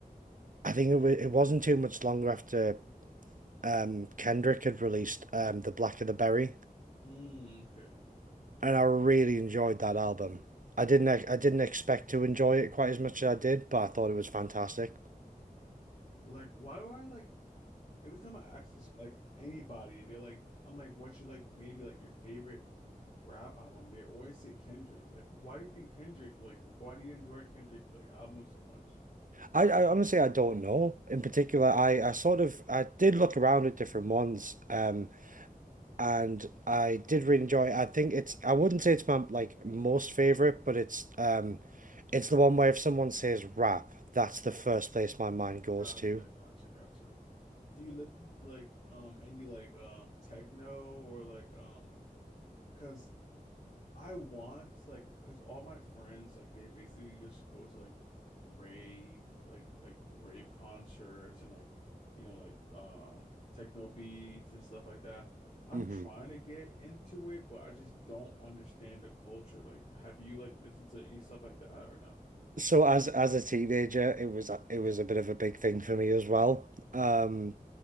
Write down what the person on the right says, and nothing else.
I think it was it wasn't too much longer after um Kendrick had released um The Black of the Berry,
and I really enjoyed that album. I didn't ex- I didn't expect to enjoy it quite as much as I did, but I thought it was fantastic.
I, I honestly I don't know. In particular, I, I sort of I did look around at different ones, um, and I did really enjoy it. I think it's I wouldn't say it's my like most favorite, but it's um, it's the one where if someone says rap, that's the first place my mind goes
to.
hmm
So as as a teenager, it was a- it was a bit of a big thing for me as well. Um,